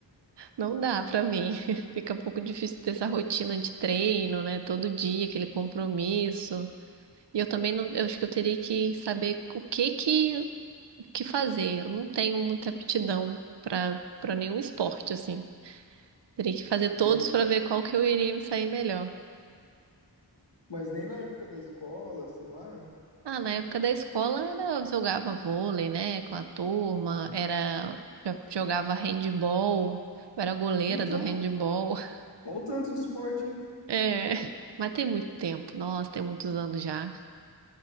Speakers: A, on the right (about 75°); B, on the left (about 80°).
A: não dá pra mim. <laughs> Fica um pouco difícil ter essa rotina de treino, né? Todo dia, aquele compromisso. E eu também não, eu acho que eu teria que saber o que que, o que fazer. Eu não tenho muita aptidão pra para nenhum esporte, assim. Teria que fazer todos
B: Vo-
A: para ver qual que eu iria me sair melhor.
B: Mas nem na época da escola, sei lá.
A: Ah, na época da escola era, eu jogava vôlei, né, com a turma, era jo- jogava handball, eu era goleira
B: Então,
A: do handball. <laughs>
B: olha o tanto de esporte
A: É, mas tem muito tempo, nossa, tem muitos anos já.